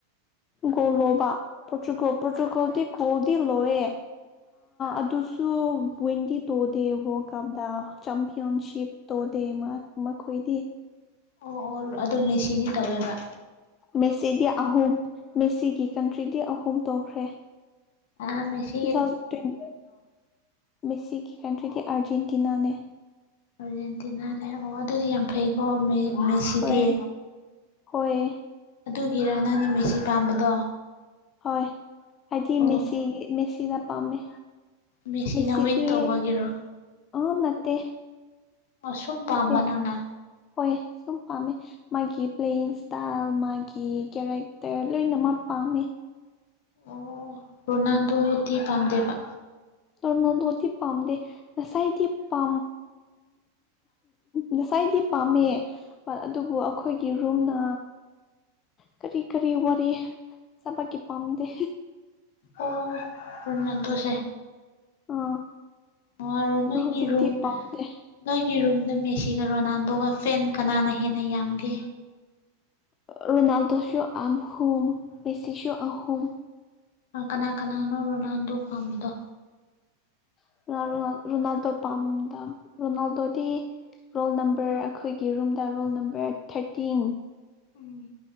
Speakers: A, on the left (about 25°); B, on the left (about 55°).
A: ꯒꯣꯜ ꯂꯣꯕꯇꯨꯀꯣꯜ ꯄꯣꯔꯇꯨꯔꯤꯀꯣꯜꯗꯤ ꯒꯣꯜꯗꯤ ꯂꯧꯌꯦ ꯑꯗꯨ
B: ꯎꯝ <inaudible>
A: ꯋꯤꯟꯗꯤ ꯇꯣꯗꯦ ꯋꯥꯔꯜ ꯀꯞꯇ ꯆꯝꯄꯤꯌꯟꯁꯤꯞ ꯇꯧꯗꯦ ꯃꯈꯣꯏꯗꯤ
B: ꯑꯣ ꯑꯣ ꯑꯗꯣ ꯃꯦꯁꯤꯗꯤ ꯇꯧꯋꯦꯕ
A: ꯃꯦꯁꯤꯗꯤ ꯑꯍꯨꯝ ꯃꯦꯁꯤꯒꯤ ꯀꯟꯇ꯭ꯔꯤꯗꯤ ꯑꯍꯨꯝ ꯇꯧꯈ꯭ꯔꯦ
B: ꯑꯥ ꯃꯦꯁꯤ
A: ꯇꯨ ꯊꯥꯎꯖꯟ ꯇ꯭ꯋꯦꯟꯇꯤ ꯃꯦꯁꯤꯒꯤ ꯀꯟꯇ꯭ꯔꯤꯗꯤ ꯑꯥꯔꯖꯦꯟꯇꯤꯅꯥꯅꯦ
B: ꯑꯔꯖꯦꯟꯇꯤꯅꯅꯦ ꯑꯣ ꯑꯗꯨꯗꯤ ꯌꯥꯝ ꯐꯩꯀꯣ ꯃꯦ ꯃꯦꯁꯤꯗꯤ
A: ꯍꯣꯏ ꯍꯣꯏ
B: ꯑꯗꯨꯒꯤꯔꯥ ꯅꯪꯅ ꯃꯦꯁꯤ ꯄꯥꯝꯕꯗꯣ
A: ꯍꯣꯏ ꯑꯩꯗꯤ
B: ꯑꯣ
A: ꯃꯦꯁꯤꯒꯤ ꯃꯦꯁꯤꯗ ꯄꯥꯝꯃꯦ
B: ꯃꯦꯁꯤꯅ
A: ꯃꯦꯁꯤꯗꯤ
B: ꯋꯤꯟ ꯇꯧꯕꯒꯤꯔꯣ
A: ꯑꯥ ꯅꯠꯇꯦ
B: ꯁꯨꯝ ꯄꯥꯝꯕ
A: ꯅꯠꯇꯦ
B: ꯅꯪꯅ
A: ꯍꯣꯏ ꯁꯨꯝ ꯄꯥꯝꯃꯦ ꯃꯥꯒꯤ ꯄ꯭ꯂꯦꯌꯤꯡ ꯏꯁꯇꯥꯏꯜ ꯃꯥꯒꯤ ꯀꯦꯔꯦꯛꯇꯔ ꯂꯣꯏꯅꯃꯛ ꯄꯥꯝꯃꯦ
B: ꯑꯣ ꯔꯣꯅꯥꯜꯗꯣꯗꯤ ꯄꯝꯗꯦꯕ
A: ꯇꯔꯃꯣꯟꯗꯣꯗꯤ ꯄꯥꯝꯗꯦ ꯉꯁꯥꯏꯗꯤ ꯄꯥ ꯉꯁꯥꯏꯗꯤ ꯄꯥꯝꯃꯦ ꯑꯗꯨꯕꯨ ꯑꯩꯈꯣꯏꯒꯤ ꯔꯨꯝꯅ ꯀꯔꯤ ꯀꯔꯤ ꯋꯥꯔꯤ ꯁꯥꯕꯀꯤ ꯄꯥꯝꯗꯦ
B: ꯑꯣ ꯔꯣꯅꯥꯟꯗꯣꯁꯦ
A: ꯑꯥ
B: ꯃꯥꯔꯣ ꯅꯣꯏꯒꯤ
A: ꯍꯧꯖꯤꯛꯇꯤ
B: ꯔꯨꯝ
A: ꯄꯥꯝꯗꯦ
B: ꯅꯣꯏꯒꯤ ꯔꯨꯝꯗ ꯃꯦꯁꯤꯒ ꯔꯣꯅꯥꯜꯗꯣꯒ ꯐꯦꯟ ꯀꯅꯥꯅ ꯍꯦꯟꯅ ꯌꯥꯝꯒꯦ
A: ꯔꯅꯥꯜꯗꯣꯁꯨ ꯑꯍꯨꯝ ꯃꯦꯁꯤꯁꯨ ꯑꯍꯨꯝ
B: ꯑꯥ ꯀꯅꯥ ꯀꯅꯥꯅꯣ ꯔꯣꯅꯥꯜꯗꯣ ꯄꯥꯝꯕꯗꯣ
A: <unintelligible> ꯔꯣꯅꯥꯜꯗꯣ ꯄꯥꯝꯗ ꯔꯣꯅꯥꯜꯗꯣꯗꯤ ꯔꯣꯜ ꯅꯝꯕꯔ ꯑꯈꯣꯏꯒꯤ ꯔꯨꯝꯗ roll number thirteen
B: um